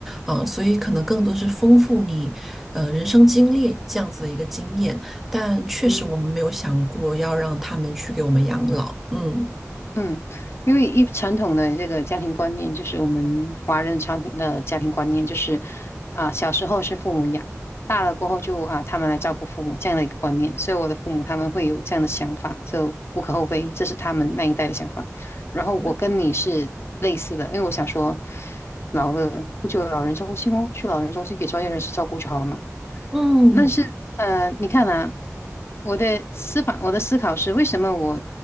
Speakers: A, in the centre; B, on the left.
A: 啊、所以可能更多是丰富你呃人生经历这样子的一个经验，
B: 嗯
A: 但确实我们没有想过要让他们去给我们养老，
B: 嗯。
A: 嗯。
B: 嗯，因为一传统的这个家庭观念，就是我们华人传统的家庭观念，就是啊，小时候是父母养，大了过后就啊，他们来照顾父母这样的一个观念。所以我的父母他们会有这样的想法，就无可厚非，这是他们那一代的想法。然后我跟你是类似的，
A: 嗯
B: 因为我想说，老了不久有老人中心哦，去老人中心给专业人士照顾就好了嘛。
A: 嗯。
B: 那是，呃，你看啊，我的思法，我的思考是，为什么我